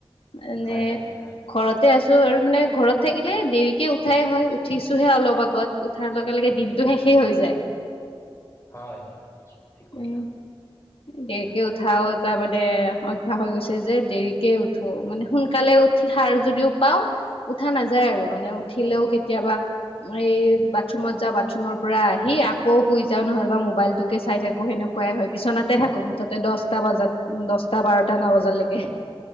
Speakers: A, on the left; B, on the left.
A: মানে
B: হয় হয় হয়
A: ঘৰত তে আছো আৰু মানে ঘৰত থাকিলে দেৰিকে উঠাই হয় উঠিছোহে অলপ আগত উঠাৰ লগে লগে দিন টো সেই হৈ যায়
B: হয় ঠিক কৈছা
A: উম দেৰিকে
B: উম।
A: উঠাও এটা মানে অভ্যাস হৈ গৈছে যে, দেৰিকে উঠো মানে সোনকালে উঠি সাৰ যদিও পাওঁ উঠা নাযায় আৰু মানে উঠিলেও কেতিয়াবা এই বাথৰুমত যাও বাথ ৰুমৰ পৰা আহি আকৌ শুই যাওঁ নহ'লে বা মোবাইলটোকে চাই থাকো সেনেকুৱাই হয় বিচনাতে থাকো। আকৌ মুঠতে দচটা বাজাত দচটা বাৰটা নাবাজালৈকে।